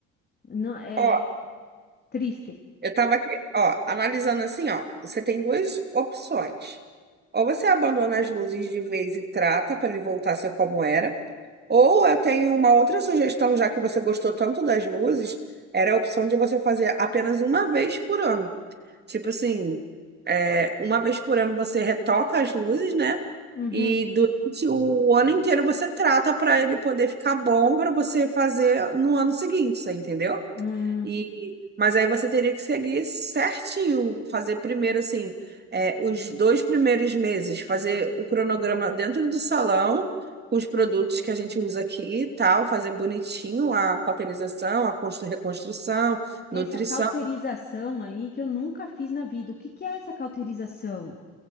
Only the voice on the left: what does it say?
Não, é
triste.
Uhum.
Hum.
Essa
cauterização aí que eu nunca fiz na vida. O que que é essa cauterização?